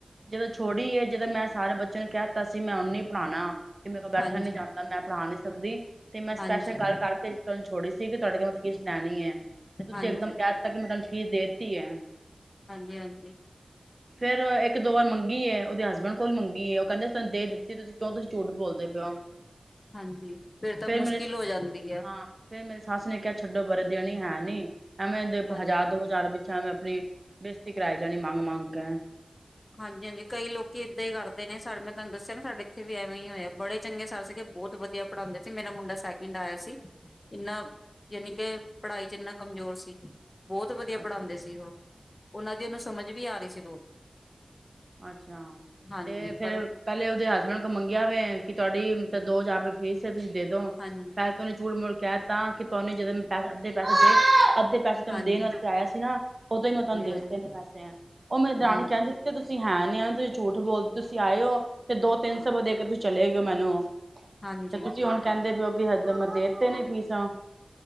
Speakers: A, on the right; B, on the left.
A: ਜਦੋਂ ਛੋੜੀ ਏ ਜਦੋਂ ਮੈਂ ਸਾਰੇ ਬੱਚਿਆਂ ਨੂੰ ਕਹਿ ਦਿੱਤਾ ਸੀ ਮੈਂ ਨੇ ਪੜ੍ਹਾਉਣਾ ਕਿ ਮੇਰੇ ਕੋਲ ਬੈਠਣ
B: ਹਾਂਜੀ,
A: ਨੀ ਜਾਂਦਾ ਮੈਂ ਪੜ੍ਹਾ ਨੀ ਸਕਦੀ ਤੇ ਮੈਂ ਸਪੈਸ਼ਲ
B: ਹਾਂਜੀ,
A: ਗੱਲ ਕਰਕੇ ਤੁਾਨੂੰ ਛੋੜੀ ਠੀਕ ਹੈ ਤੁਹਾਡੇ ਕੋਲ ਕਿਸ਼ਤ ਲੈਣੀ ਹੈ। ਤੇ ਤੁਸੀਂ
B: ਹਾਂਜੀ।
A: ਇੱਕਦਮ ਕਹਿ ਦਿੱਤਾ ਕਿ ਮੈਂ ਤੁੂੰ ਦੇ ਕੀ ਏ
B: ਹਾਂਜੀ-ਹਾਂਜੀ
A: ਫੇਰ ਇੱਕ ਦੋ ਵਾਰ ਮੰਗੀ ਏ ਉਹਦੇ ਹਸਬੈਂਡ ਕੋਲ ਮੰਗੀ ਉਹ ਕਹਿੰਦੇ ਅਸੀਂ ਦੇ ਦਿੱਤੀ ਏ ਕਿਉਂ ਤੁਸੀਂ ਝੂੱਠ ਬੋਲਦੇ ਪਏ ਹੋ
B: ਹਾਂਜੀ ਤਾਂ
A: ਫੇਰ
B: ਮੁਸ਼ਕਿਲ
A: ਮੇਰੇ
B: ਹੋ ਜਾਂਦੀ ਐ,
A: ਹਾਂ ਫੇਿਰ ਮੇਰੇ ਸੱਸ ਨੇ ਕਿਹਾ ਛੱਡੋ ਬਾਰੇ ਦੇਣੀ ਹੈ ਨੀ ਐਵੇਂ
B: ਹਾਂਜੀ।
A: ਹਜ਼ਾਰ ਦੋ ਹਜ਼ਾਰ ਵਿੱਚ ਆਪਣੀ ਬੇਸਤੀ ਕਿਰਾਇ ਜ ਜਾਣੀ ਮਾਂਗ ਮਾਂਗ ਕੇ
B: ਹਾਂਜੀ-ਹਾਂਜੀ ਕਈ ਲੋਕੀ ਏਦਾਂ ਹੀ ਕਰਦੇ ਨੇ ਸਾਡੇ ਮੈਂ ਤੁਹਾਨੂੰ ਦੱਸ ਨਾ ਸਾਡੇ ਇੱਥੇ ਵੀ ਐਵੇਂ ਹੀ ਹੋਏਆ ਬੜੇ ਚੰਗੇ ਸਰ ਸੀਗੇ ਬਹੁਤ ਵਧੀਆ ਪੜ੍ਹਾਉਂਦੇ ਸੀ ਮੇਰਾ ਮੁੰਡਾ ਸੈਕਿੰਡ ਆਇਆ ਸੀ ਇੰਨਾ ਯਾਨੀ ਕੇ ਪੜ੍ਹਾਈ ਚ ਇੰਨਾ ਕਮਜ਼ੋਰ ਸੀ ਬਹੁਤ ਵਧੀਆ ਪੜ੍ਹਾਉਂਦੇ
A: ਅੱਛਾ
B: ਸੀ ਉਹ ਉਹਨਾਂ ਦੀ ਉਹਨੂੰ ਸਮਝ ਵੀ ਆ ਰਹੀ ਸੀ ਬਹੁਤ
A: ਅੱਛਾ
B: ਹਾਂਜੀ
A: ਤੇ ਫੇਿਰ
B: ਪਰ
A: ਪਹਿਲੇ ਉਹਦੇ ਹਸਬੈਂਡ ਮੰਗਿਆ ਹੋਵੇ ਕਿ ਤੁਹਾਡੀ, ਦੋ ਹਜ਼ਾਰ, ਫੀਸ ਤੁਸੀਂ ਦੇ ਦੋ
B: ਹਾਂਜੀ,
A: ਪੈਸੇ ਉਹਨੇ ਝੂਠ ਮੂੜ ਕਹਿ ਦਿਤਾ ਕਿ ਤੁਹਾਨੂੰ ਜਦੋਂ ਮੈਂ ਪੈਸੇ ਅੱਧੇ ਪੈਸੇ ਦੇ ਅੱਧੇ ਪੈਸੇ ਤੇ
B: ਹਾਂਜੀ,
A: ਮੈਂ ਦੇਣ ਵਾਸਤੇ
B: ਹਾਂਜੀ,
A: ਆਇਆ ਸੀ ਨਾ ਉਦੋਂ ਹੀ ਮੈਂ ਤੁਹਾਨੂੰ ਦੇ
B: ਹਾਂਜੀ,
A: ਦਿੱਤੇ ਨੇ ਪੈਸੇ ਉਹ ਮੇਰੇ ਦਰਾਣੀ
B: ਹਾਂਜੀ।
A: ਕਹਿਣ ਦਿੱਤੇ, ਤੁਸੀਂ ਤੁਸੀਂ ਹੈਂ ਨੀ ਆਵੇਂ ਤੁਸੀਂ ਝੂਠ ਬੋਲਦੇ ਤੁਸੀਂ ਆਏ ਹੋ ਤੇ ਦੋ ਤਿੰਨ ਸੌ ਰੁਪਏ ਦੇ ਕੇ ਤੁਸੀਂ ਚਲੇ ਗਏ ਹੋ ਮੈਨੂੰ,
B: ਹਾਂਜੀ
A: ਤੇ ਤੁਸੀਂ ਹੁਣ ਕਹਿੰਦੇ ਪਓ, ਹਸਬੈਂਡ ਨੇ ਦੇ ਦਿੱਤੇ ਨੇ ਫੀਸਾਂ